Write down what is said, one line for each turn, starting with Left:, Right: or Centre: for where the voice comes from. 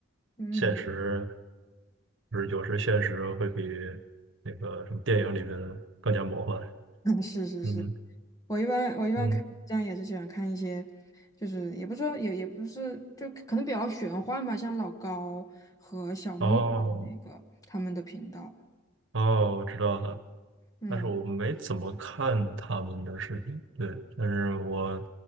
Left: 嗯，
Right: 现实就是有时现实会比那个什么电影里边更加魔幻。
Left: <laughs> 是是是，
Right: 嗯
Left: 我一般我一般看
Right: 嗯，
Left: B 站也是喜欢看一些，就是也不是说也也不是，就可能比较玄幻吧，像老高和小木那个他们的频道。
Right: 哦哦，我知道了，
Left: 嗯
Right: 但是我没怎么看他们的视频，对，但是我